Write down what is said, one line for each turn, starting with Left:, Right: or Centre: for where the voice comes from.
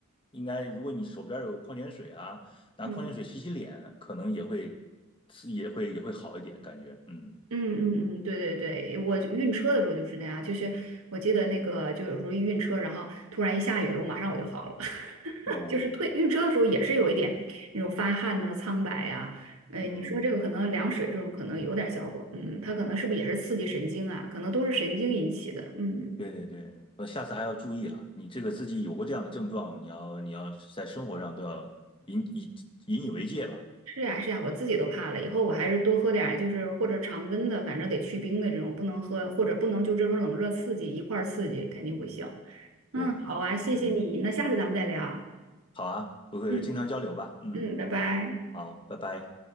Left: 应该，如果你手边有矿泉水啊，拿矿泉水洗洗脸，
Right: 嗯。
Left: 可能也会是也会也会好一点感觉，嗯，
Right: 嗯嗯嗯，对对对，我晕车的时候就是那样，就是我记得那个，就有时候一晕车，然后突然一下雨了，我马上我就好了，<laughs>
Left: 哦，
Right: 就是退晕车的时候也是有一点那种发汗呐、苍白啊，哎，
Left: 嗯，
Right: 你说这个可能凉水这种可能有点效果，嗯，它可能是不是也是刺激神经啊？可能都是神经引起的，嗯，
Left: 对对对，我下次还要注意了，你这个自己有过这样的症状，你要你要在生活上都要引以引以为戒吧，
Right: 是呀是呀，我自己都怕了，以后我还是多喝点儿，就是或者常温的，反正得去冰的这种，不能喝或者不能就这种冷热刺激一块儿刺激，肯定不行。
Left: 对，
Right: 嗯，好啊，谢谢你，
Left: 嗯，
Right: 那下次咱们再聊。
Left: 好啊，不会经常交流吧，
Right: 嗯
Left: 嗯，
Right: 嗯，拜拜。
Left: 好，拜拜。